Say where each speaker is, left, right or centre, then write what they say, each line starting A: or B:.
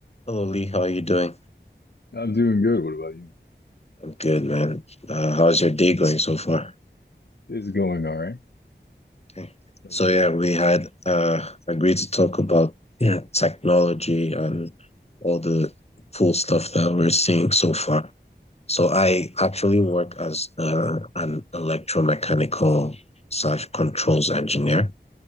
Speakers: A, on the left; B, on the left.
A: Hello Lee, how are you doing?
B: I'm doing good. What about you?
A: I'm good, man. Uh, how's your day going so far?
B: It's going all right.
A: Okay.
B: What
A: So
B: about
A: yeah,
B: you?
A: we had uh, agreed to talk about yeah technology and all the cool stuff that we're seeing so far. So I actually work as uh, an electromechanical slash controls engineer.